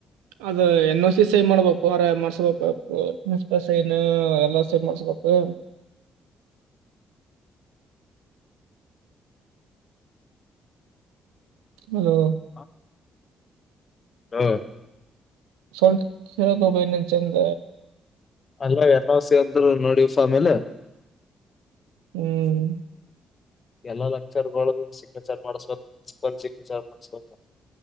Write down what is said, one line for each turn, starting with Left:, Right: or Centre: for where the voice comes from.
Right: ಅದ ಎನ್ ಹೊ ಸಿ ಸೈನ್ ಮಾಡ್ಬೇಕು ಮಾರಾಯ ಮಾಡ್ಸ್ಬೇಕು ಸೈನು ಎಲ್ಲಾ ಸೈನ್ ಮಾಡ್ಸ್ಬೇಕು. ಹೆಲೋ.
Left: ಹಾ ಹ್ಮ
Right: ಸೌಂಡ್ ಕೆಳತಿಲ್ ನಿ ಚಂದ.
Left: ಅಲ್ಲ ಎನ್ ಹೊ ಸಿ ಅಂದ್ರು ನೋಡಿ ಫಾಮಿಲಿ.
Right: ಹ್ಮ್
Left: ಎಲ್ಲಾ ಲೆಕ್ಚರ್ ಗಳದು ಸಿಗ್ನೇಚರ್ ಮಾಡ್ಸ್ಬಬೇಕ್ ಪ್ರಿನ್ಸಿಪಲ್ ಸಿಗ್ನೇಚರ್ ಮಾಡ್ಸ್ಬೇಕ.